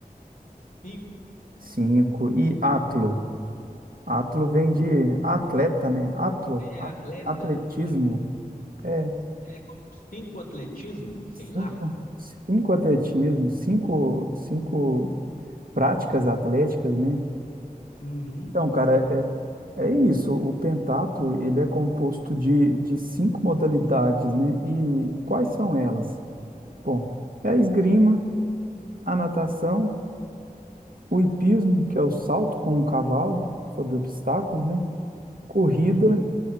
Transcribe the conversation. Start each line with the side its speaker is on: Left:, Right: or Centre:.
Left: cinco.
Right: Cinco. E atlo? Atlo vem de atleta, né? Atlo,
Left: É
Right: a-
Left: atleta,
Right: atletismo.
Left: tipo,
Right: É.
Left: é como cinco atletismo,
Right: Cinco,
Left: sei lá.
Right: cinco atletismo, cinco, cinco práticas atléticas, né?
Left: Uhum.
Right: Então, cara, é, é isso. O pentatlo, ele é composto de, de cinco modalidades, né? E quais são elas? Bom, é a esgrima, a natação, o hipismo, que é o salto com o cavalo sobre obstáculos, né?
Left: Uhum.
Right: Corrida
Left: Uhum.